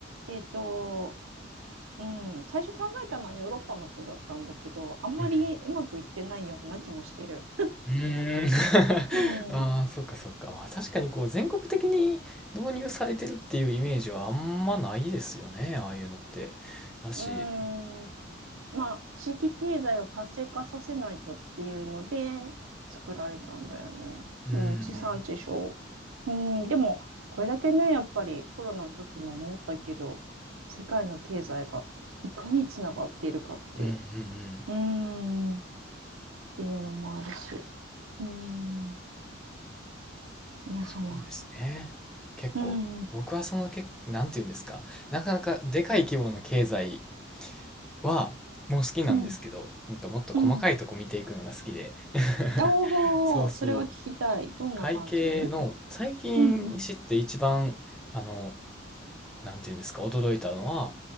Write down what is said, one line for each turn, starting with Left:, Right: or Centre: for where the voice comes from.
Right: えっと、うん、最初考えたのはヨーロッパの人だったんだけど、あんまりうまくいってないような気もしてる。
Centre: い。うん。うーん。
Right: うん、
Centre: <laughs> ああ、
Right: う
Centre: そうかそうか。まあ確かにこう全国的に導入されてるっていうイメージはあんまないですよね、ああいうのって。だし、
Right: ん。まあ、地域経済を活性化させないとっていうので作られたんだよね。
Centre: うん。うん。
Right: うん、地産地消。うん、でも、これだけね、やっぱりコロナの時も思ったけど、世界の経済がいかにつながっているかって、
Centre: うん。うん。うん
Right: うーん、っていうのもあるし、うん、やはや、
Centre: そうですね。結構、
Right: うん、うん、
Centre: 僕はそのけ、なんていうんですか、なかなかでかい規模の経済は、もう好きなんですけど、
Right: うん、
Centre: なんかもっと細かいとこ見ていくのが好きで。
Right: うん。
Centre: <laughs>
Right: おお、
Centre: そうそう。
Right: それは聞きたい。どんな感じに
Centre: 会計の、最近知って一番、
Right: うん、うん、
Centre: あの、なんていうんですか、驚いたのは、